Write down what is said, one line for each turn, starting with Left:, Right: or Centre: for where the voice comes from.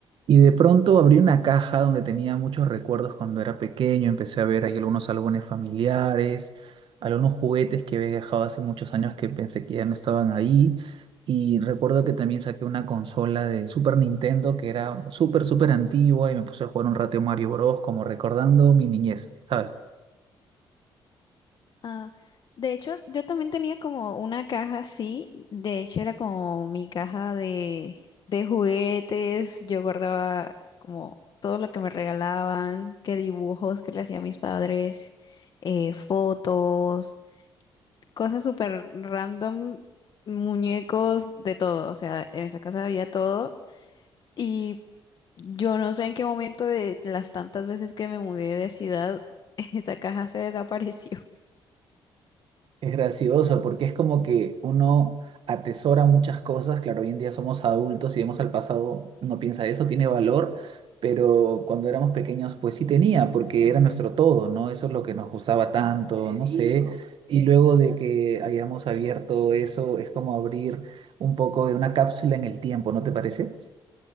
Right: Y de pronto abrí una caja donde tenía muchos recuerdos cuando era pequeño, empecé a ver ahí algunos álbumes familiares, algunos juguetes que había dejado hace muchos años que pensé que ya no estaban ahí. Y recuerdo que también saqué una consola de Super Nintendo que era súper, súper antigua y me puse a jugar un rato Mario Bros. como recordando mi niñez, ¿sabes?
Left: Ah, de hecho, yo también tenía como una caja así, de hecho era como mi caja de, de juguetes, yo guardaba como todo lo que me regalaban, que dibujos que le hacía mis padres, eh, fotos, cosas súper random, muñecos, de todo, o sea, en esa casa había todo y yo no sé en qué momento de las tantas veces que me mudé de ciudad, <laughs> esa caja se desapareció.
Right: Es gracioso porque es como que uno atesora muchas cosas. Claro, hoy en día somos adultos y vemos al pasado, uno piensa eso, tiene valor, pero cuando éramos pequeños, pues sí tenía, porque era nuestro todo, ¿no? Eso es lo que nos gustaba tanto, no sé. Y luego de que hayamos abierto eso, es como abrir un poco de una cápsula en el tiempo, ¿no te parece?